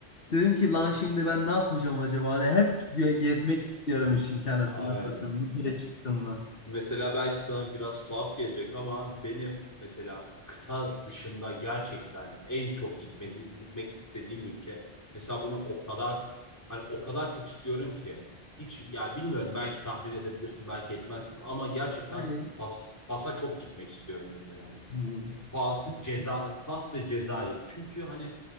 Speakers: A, on the left; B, on the left.
A: Dedim ki lan şimdi ben ne yapacağım acaba? Hani hep ge- gezmek istiyorum işin kanasını
B: <laughs> Aynen.
A: satayım. Bir kere çıktın mı?
B: Mesela belki sana biraz tuhaf gelecek ama benim mesela kıta dışında gerçekten en çok gitmedi, gitmek istediğim ülke. Mesela bunu o kadar hani o kadar çok istiyorum ki hiç ya bilmiyorum belki tahmin edebilirsin belki etmezsin ama gerçekten
A: Nereye?
B: Fas Fas'a çok gitmek istiyorum mesela.
A: Hmm.
B: Fas, Ceza Fas ve Cezayir. Çünkü hani